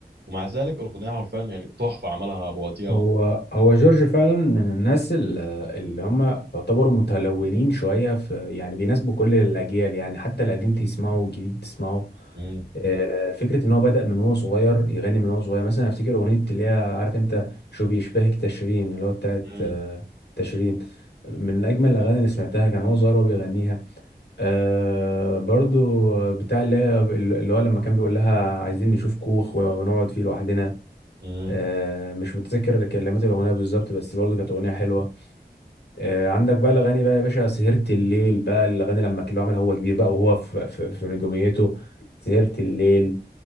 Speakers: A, on the right; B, on the left.
A: ومع ذلك الاغنيه حرفيا يعني تحفه عملها ابو وديع
B: هو
A: و...
B: هو جورج فعلا من الناس ال- اللي هم يعتبروا متلونين شوية في يعني بيناسبوا كل الأجيال يعني حتى القديم تسمعه والجديد تسمعه
A: مم.
B: آه، فكرة إن هو بدأ من هو صغير يغني من هو صغير مثلا أفتكر أغنية اللي هي عارف أنت شو بيشبهك تشرين اللي هو بتاعت
A: مم.
B: آه، تشرين من أجمل الأغاني اللي سمعتها كان هو صغير وهو بيغنيها آه برضو بتاع اللي هي- اللي هو لما كان بيقول لها عايزين نشوف كوخ ونقعد فيه لوحدنا
A: مم.
B: آه مش متذكر كلمات الأغنية بالظبط بس برضو كانت أغنية حلوة آه عندك بقى الأغاني بقى يا باشا سهرت الليل بقى الأغاني لما كان هو عملها هو كبير بقى وهو في, في, في نجوميته سهرت الليل